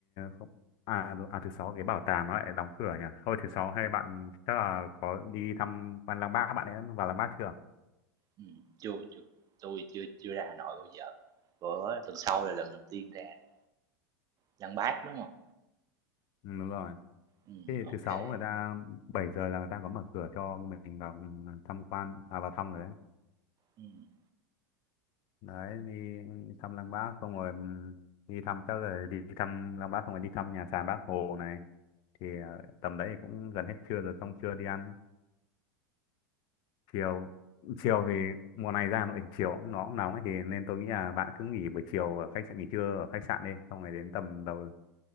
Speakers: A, on the left; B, on the right.
A: không- à đúng- à thứ sáu cái bảo tàng nó lại đóng cửa nhỉ. Thôi thứ sáu hay bạn chắc là có đi thăm quan Lăng Bác bạn ấy vào Lăng Bác chưa?
B: Ừm, chưa, chưa, tôi chưa chưa ra Hà Nội bao giờ, bữa tuần sau là lần đầu tiên ra đây. Lăng Bác, đúng không
A: Ừ, đúng rồi.
B: Ừm,
A: Thế thì
B: ok
A: thứ sáu
B: kê,
A: người ta 7 giờ là người ta có mở cửa cho mình vào thăm quan à vào thăm rồi đấy.
B: ừm,
A: đấy đi thăm Lăng Bác xong rồi ừm, đi thăm chắc rồi đi thăm Lăng Bác xong rồi đi thăm nhà sàn Bác Hồ này thì ờ, tầm đấy thì cũng gần hết trưa rồi xong trưa đi ăn chiều chiều thì mùa này ra Hà Nội thì chiều cũng nó cũng nóng ấy thì nên tôi nghĩ là bạn cứ nghỉ buổi chiều ở khách sạn nghỉ trưa ở khách sạn đi xong rồi đến tầm đầu